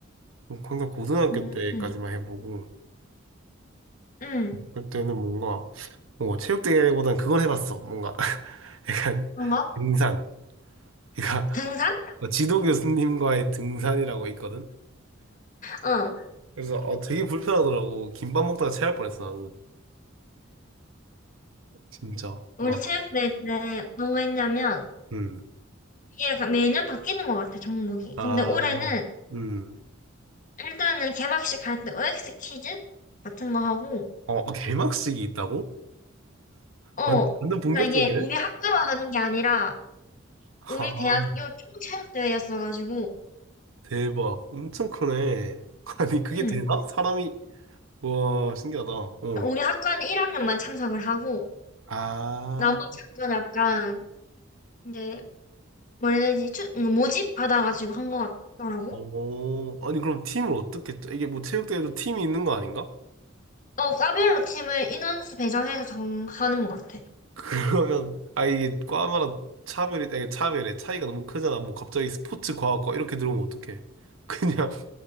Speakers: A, on the right; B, on the left.
A: 뭐 항상 고등학교
B: 음,
A: 때까지만
B: 음,
A: 해보고,
B: 음.
A: 그때는 뭔가, 뭐, 체육대회보단 그걸 해봤어. 뭔가, <laughs> 약간,
B: 그런가?
A: 등산. 그러니까,
B: 등산?
A: 뭐 지도 교수님과의 등산이라고 있거든?
B: 어.
A: 그래서, 어, 되게 불편하더라고. 김밥 먹다가 체할 뻔했어, 나는. 진짜.
B: 우리
A: 와.
B: 체육대회 때 어떤 거 했냐면
A: 음.
B: 이게 약간 매년 바뀌는 것 같아 종목이.
A: 아,
B: 근데 올해는
A: 음.
B: 일단은 개막식 할 때 OX 퀴즈 같은 거 하고
A: 어, 어, 개막식이 있다고?
B: 어.
A: 완- 완전 본격적이네?
B: 그러니까 이게 우리 학교만 하는 게 아니라
A: 아,
B: 우리 대학교 총체육대회였어가지고,
A: 대박. 엄청 크네. <laughs> 아니, 그게
B: 응.
A: 되나? 사람이, 와, 신기하다. 어.
B: 우리 학과는 1학년만 참석을 하고,
A: 아,
B: 나머지 학교는 약간, 이제, 뭐라 해야 되지, 추- 음, 모집 받아가지고 한 것 같더라고.
A: 오. 아니, 그럼 팀을 어떻게, 짜- 이게 뭐 체육대회도 팀이 있는 거 아닌가?
B: 어, 과별로 팀을 인원수 배정해서 정하는 것 같아.
A: <laughs> 그러면, 아, 이게 과마다 차별이, 아니, 차별이, 차이가 너무 크잖아. 뭐 갑자기 스포츠, 과학과 이렇게 들어오면 어떡해. <laughs> 그냥,